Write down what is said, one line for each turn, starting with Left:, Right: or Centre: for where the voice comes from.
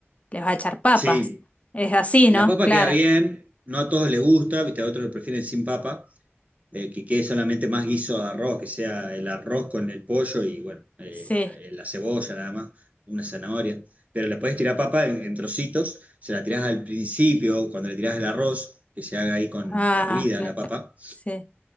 Left: le vas a echar
Right: <clears throat>
Left: papas.
Right: Sí,
Left: Es así,
Right: La
Left: ¿no?
Right: papa
Left: Claro.
Right: queda bien, no a todos les gusta, viste, a otros lo prefieren sin papa, eh, que quede solamente más guiso de arroz, que sea el arroz con el pollo y bueno, eh,
Left: Sí.
Right: eh, la cebolla nada más, una zanahoria. Pero le puedes tirar papa en, en trocitos, se la tirás al principio, cuando le tirás el arroz, que se haga ahí con
Left: Ah,
Right: hervida
Left: claro.
Right: la papa.
Left: Sí.